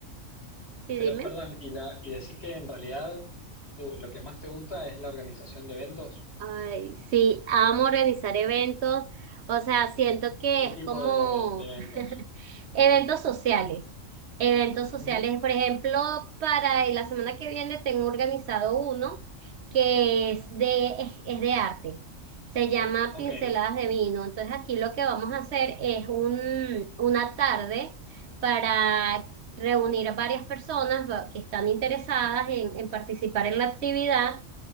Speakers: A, on the right (about 60°); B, on the left (about 50°).
A: Sí,
B: Pero,
A: dime.
B: perdón, y, la, y decís que en realidad tú, lo que más te gusta es la organización de eventos.
A: Ay, sí, amo organizar eventos. O sea, siento que
B: ¿Qué
A: es
B: tipo
A: como
B: de, de eventos?
A: <laughs> Eventos sociales. Eventos
B: Ujú,
A: sociales, por ejemplo, para la semana que viene tengo organizado uno que es de, es, es de arte. Se llama
B: Ok.
A: Pinceladas de Vino. Entonces aquí lo que vamos a hacer es un, una tarde para reunir a varias personas va- que están interesadas en en participar en la actividad